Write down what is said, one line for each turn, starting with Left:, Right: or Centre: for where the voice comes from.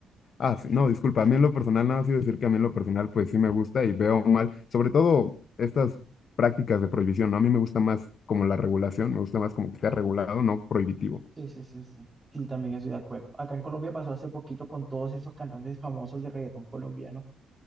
Left: Ah, sí, no, disculpa, a mí en lo personal, nada más iba a decir que a mí en lo personal, pues sí me gusta y veo mal, sobre todo estas prácticas de prohibición, ¿no? A mí me gusta más como la regulación, me gusta más como que sea regulado, no prohibitivo.
Right: Sí, sí, sí, sí. Sí, también estoy de acuerdo. Acá en Colombia pasó hace poquito con todos esos cantantes famosos de reggaetón colombiano,